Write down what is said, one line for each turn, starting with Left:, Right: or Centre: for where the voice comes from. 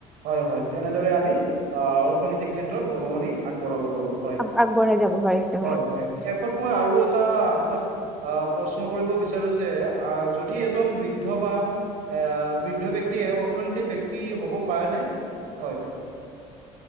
Right: হয় হয় তেনেদৰে আমি অ অৰ্থনৈতিক ক্ষেত্ৰত বৰঙণি আগবঢ়াব হয়
Centre: আগ আগবঢ়াই যাব পাৰিছো
Right: হয় শেষত মই আৰু এটা আপোনাক আহ প্ৰশ্ন কৰিব বিচাৰো যে আহ যদি এজন বৃদ্ধ বা আ বৃদ্ধ ব্যক্তিয়ে অৰ্থনীতিৰ ব্যক্তি হ'ব পাৰে ন হয়